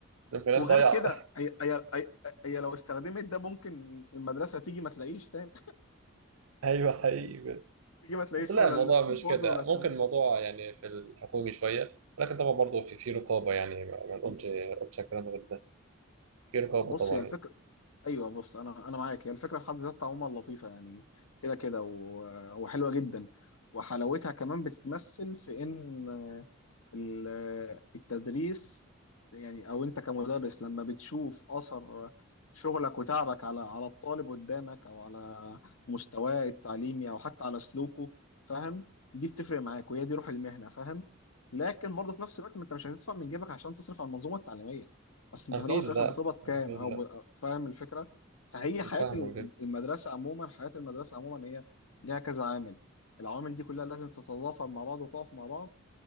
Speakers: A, on the right; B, on the left.
A: الامكانيات
B: وغير
A: ضايعه
B: كده هي هي هي هي لو استخدمت ده ممكن المدرسه تيجي ما تلاقيش تاني
A: <laughs> ايوه حقيقي بجد.
B: <laughs> تيجي ما تلاقيش
A: بس لا
B: ولا
A: الموضوع
B: السكول
A: مش
B: بورد
A: كده
B: ولا بتاع
A: ممكن الموضوع يعني في الحكومي شويه ولكن طبعا برضه في في رقابه يعني ما ما نقولش ما نقولش كلام غير ده في رقابة
B: بص
A: طبعا
B: هي الفكره ايوه بص انا انا معاك هي الفكره في حد ذاتها عموما لطيفه يعني كده كده و- وحلوه جدا وحلاوتها كمان بتتمثل في ان ال- التدريس يعني او انت كمدرس لما بتشوف اثر شغلك وتعبك على على الطالب قدامك او على مستواه التعليمي او حتى على سلوكه فاهم دي بتفرق معاك وهي دي روح المهنه فاهم لكن برضه في نفس الوقت ما انت مش هتدفع من جيبك عشان تصرف على المنظومه التعليميه بس انت
A: أكيد
B: في الاول وفي الاخر
A: لا
B: بتقبض كام
A: أكيد
B: او
A: لا
B: ب... فاهم الفكره فهي
A: أنا
B: حياه
A: فاهمك
B: ال-
A: جدا
B: المدرسه عموما حياه المدرسه عموما هي ليها كذا عامل العوامل دي كلها لازم تتضافر مع بعض وتقف مع بعض